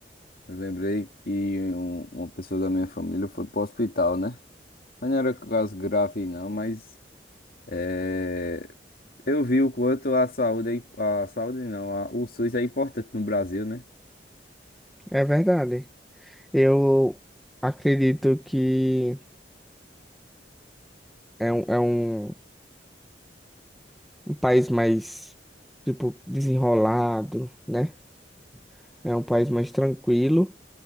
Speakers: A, on the left; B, in the centre.
A: Eu lembrei que um- uma pessoa da minha família foi pro hospital, né? Mas não era caso grave, não, mas... é, Eu vi o quanto a saúde, é im- a saúde não, a- o SUS é importante no Brasil, né?
B: É verdade. Eu acredito que é um, é um, um país mais, tipo, desenrolado, né? É um país mais tranquilo